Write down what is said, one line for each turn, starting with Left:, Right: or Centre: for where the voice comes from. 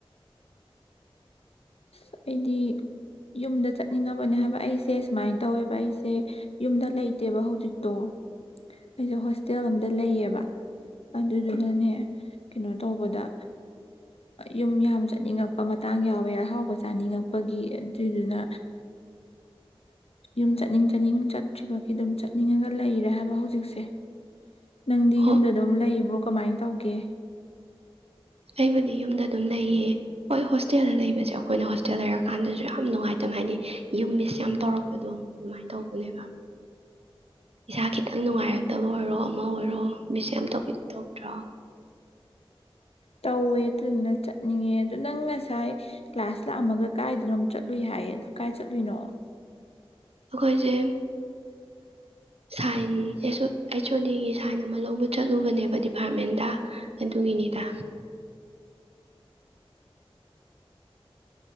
Left: ꯑꯁ ꯑꯩꯗꯤ ꯌꯨꯝꯗ ꯆꯠꯅꯤꯡꯉꯕꯅꯦ ꯍꯥꯏꯕ ꯑꯩꯁꯦ ꯁꯨꯃꯥꯏꯅ ꯇꯧꯋꯦꯕ ꯑꯩꯁꯦ ꯌꯨꯝꯗ ꯂꯩꯇꯦꯕ ꯍꯧꯖꯤꯛꯇꯣ ꯑꯩꯁꯦ ꯍꯣꯁꯇꯦꯜ ꯑꯝꯗ ꯂꯩꯌꯦꯕ ꯑꯗꯨꯗꯨꯅꯅꯦ ꯀꯩꯅꯣ ꯇꯧꯕꯗ ꯌꯨꯝ ꯌꯥꯝ ꯆꯠꯅꯤꯡꯉꯛꯄ ꯃꯇꯥꯡ ꯌꯥꯎꯋꯦ ꯑ ꯑꯍꯥꯎꯕ ꯆꯥꯅꯤꯡꯉꯛꯄꯒꯤ ꯑꯗꯨꯏꯗꯨꯅ ꯌꯨꯝ ꯆꯠꯅꯤꯡ ꯆꯠꯅꯤꯡ ꯆꯠꯇ꯭ꯔꯤꯕꯒꯤ ꯑꯗꯨꯝ ꯆꯠꯅꯤꯡꯉꯒ ꯂꯩꯔꯦ ꯍꯥꯏꯕ ꯍꯧꯖꯤꯛꯁꯦ ꯅꯪꯗꯤ
Right: ꯍꯣ
Left: ꯌꯨꯝꯗ ꯑꯗꯨꯝ ꯂꯩꯕ꯭ꯔꯣ ꯀꯃꯥꯏꯅ ꯇꯧꯒꯦ
Right: ꯑꯩꯕꯨꯗꯤ ꯌꯨꯝꯗ ꯑꯗꯨꯝ ꯂꯩꯌꯦ ꯍꯣꯏ ꯍꯣꯁꯇꯦꯜꯗ ꯂꯩꯕꯁꯦ ꯑꯩꯈꯣꯏꯅ ꯍꯣꯁꯇꯦꯜ ꯂꯩꯔꯀꯥꯟꯗꯁꯨ ꯌꯥꯝ ꯅꯨꯡꯉꯥꯏꯇꯕ ꯍꯥꯏꯗꯤ ꯌꯨꯝ ꯃꯤꯁ ꯌꯥꯝ ꯇꯧꯔꯛꯄꯗꯣ ꯑꯗꯨꯃꯥꯏꯅ ꯇꯧꯕꯅꯦꯕ ꯏꯁꯥ ꯈꯤꯇꯪ ꯅꯨꯡꯉꯥꯏꯔꯛꯇꯕ ꯑꯣꯏꯔꯣ ꯑꯃ ꯑꯣꯏꯔꯣ ꯃꯤꯁ ꯌꯥꯝ ꯇꯧꯕꯤꯒ ꯇꯧꯗ꯭ꯔꯣ
Left: ꯇꯧꯋꯦ ꯑꯗꯨꯗꯨꯅ ꯆꯠꯅꯤꯡꯉꯦ ꯑꯗꯨ ꯅꯪ ꯉꯁꯥꯏ ꯀ꯭ꯂꯥꯁ ꯂꯥꯛꯑꯝꯃꯒ ꯀꯥꯏꯗꯅꯣꯝ ꯆꯠꯂꯨꯏ ꯍꯥꯏꯌꯦ ꯑꯗꯨ ꯀꯥꯏ ꯆꯠꯂꯨꯏꯅꯣ
Right: ꯑꯩꯈꯣꯏꯁꯦ ꯁꯥꯏꯟ ꯑꯩꯆ ꯑꯣ ꯗꯤꯒꯤ ꯁꯥꯏꯟ ꯑꯃ ꯂꯧꯕ ꯆꯠꯂꯨꯕꯅꯦꯕ ꯗꯤꯄꯥꯔꯠꯃꯦꯟꯗ ꯑꯗꯨꯒꯤꯅꯤꯗ